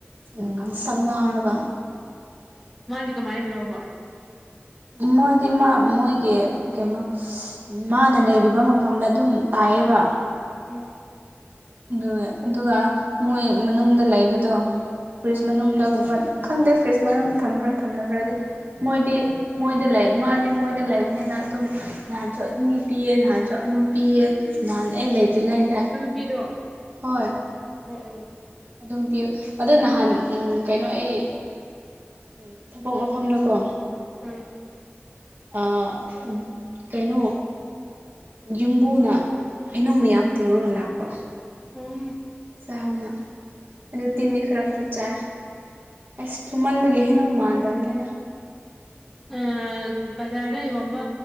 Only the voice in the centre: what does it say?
ꯃꯥꯗꯤ ꯀꯃꯥꯏꯅ ꯂꯧꯕ
ꯎꯝ
ꯎꯝ
ꯅꯨꯄꯤꯗꫭ
ꯎꯝ ꯎꯝ
ꯎꯝ
ꯎꯝ
ꯑꯥ ꯕꯖꯥꯔꯗ ꯌꯣꯟꯕ